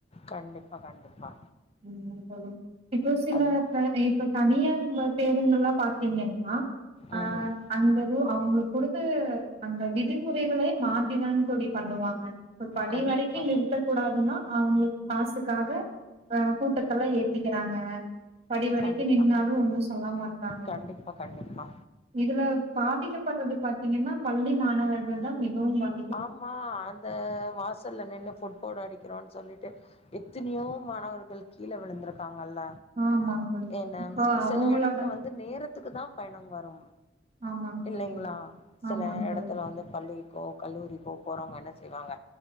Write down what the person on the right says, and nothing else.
ம் சொல்லுங் இப்போ சில
பிராவி இப்ப தனியா நீங்க இவங்கல்லாம் பாத்திங்கன்னா ஆ
அந்த ரூ அவங்கள பொறுத்து அந்த விதிமுறைகளே மாத்திதான் தோழி பண்ணுவாங்க இப்ப படி
வரைக்கும் நிறுத்தக் கூடாதுன்னா அவுங்களுக் காசுக்காக ஆ கூட்டத்தெல்லா ஏத்திக்கிறாங்க படி வரைக்கும்
நின்னாலும் ஒண்ணு சொல்ல மாட்டாங்
இதுல பாதிக்கப்படறது பாத்தீங்கன்னா பள்ளி மாணவர்கள் தா மிகவும் பாதிக்
ஆமாங்க தோழி.
இப்போ அவங்களோட
ஆமாங்க தோழி.
ஆமாங்க தோழி.